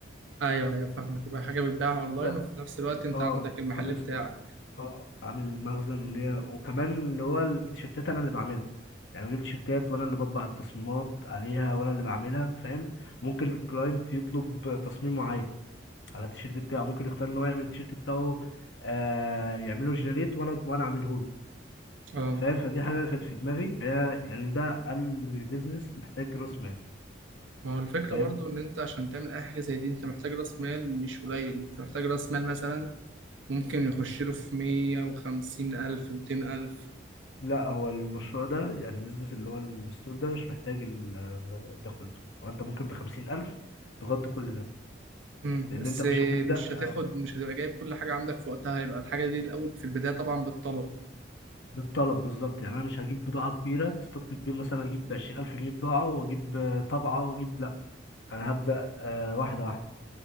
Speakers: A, on the right; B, on the left.
A: ايوه ايوه فاهمك يبقى حاجه بتباع اونلاين
B: وانت
A: وفي نفس الوقت انت
B: اه
A: عندك المحل
B: عامل
A: بتاعك
B: ستور اه عامل مخزن وليا وكمان اللي هو التيشيرتات انا اللي بعملها يعني بجيب تيشيرتات وانا اللي بطبع التصميمات عليها وانا اللي بعملها فاهم ممكن الكلاينت يطلب تصميم معين على التيشيرت بتاعه ممكن يختار ان هو يعمل التيشيرت بتاعه آه يعمله جنريت وانا وانا اعمله له
A: اه
B: فاهم فدي حاجه كانت في دماغي هي يعني ده اقل بيزنس محتاج راس مال
A: ما هو الفكره
B: فاهم
A: برضو ان انت عشان تعمل اي حاجه زي دي انت محتاج راس مال مش قليل انت محتاج راس مال مثلا ممكن يخش له في 150 ألف 200 ألف
B: لا هو المشروع ده يعني البيزنس اللي هو الستور ده مش محتاج ال- ده كله وانت ممكن بخمسين ألف تغطي كل ده
A: امم
B: لأن
A: بس
B: أنت مش هتبدأ
A: مش هتاخد مش هتبقى جايب كل حاجة عندك في وقتها هيبقى الحاجة دي الأول في البداية طبعا بالطلب
B: بالطلب بالظبط يعني أنا مش هجيب بضاعة كبيرة ستوك كبير مثلا هجيب بعشرين ألف جنيه بضاعة وأجيب آه، طبعة وأجيب لأ أنا هبدأ آه، واحدة واحدة